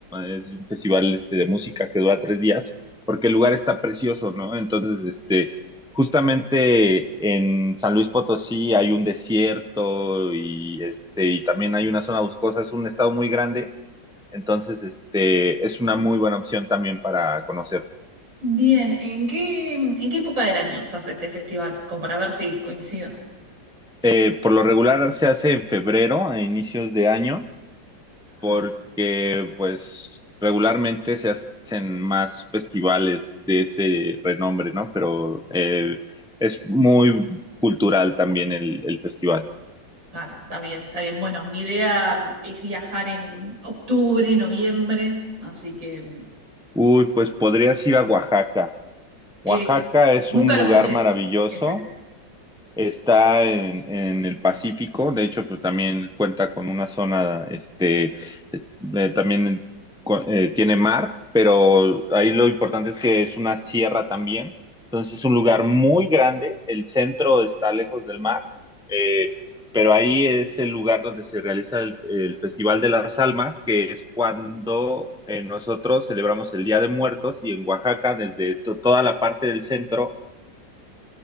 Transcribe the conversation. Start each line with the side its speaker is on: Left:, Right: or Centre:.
Centre: es un festival este, de música que dura tres días, porque el lugar está precioso, ¿no? Entonces, este, justamente en San Luis Potosí hay un desierto y, este, y también hay una zona boscosa, es un estado muy grande entonces, este, es una muy buena opción también para conocer.
Right: Bien, ¿en qué, en qué época del año se hace este festival? Como para ver si coincido.
Centre: Eh, por lo regular se hace en febrero, a inicios de año, porque
Right: Ah,
Centre: pues regularmente se hacen más festivales de ese renombre, ¿no? Pero eh, es muy cultural también el, el festival.
Right: Claro, está bien, está bien. Bueno, mi idea es viajar en octubre, noviembre, así que
Centre: Uy, pues podrías ir a Oaxaca.
Right: que,
Centre: Oaxaca
Right: que-
Centre: es
Right: nunca
Centre: un
Right: lo
Centre: lugar
Right: escuché.
Centre: maravilloso
Right: Es ese.
Centre: Está en, en el Pacífico, de hecho, pues también cuenta con una zona, este, eh, también co- eh, tiene mar, pero ahí lo importante es que es una sierra también, entonces es un lugar muy grande, el centro está lejos del mar, eh, pero ahí es el lugar donde se realiza el, el Festival de las Almas, que es cuando eh, nosotros celebramos el Día de Muertos y en Oaxaca, desde to- toda la parte del centro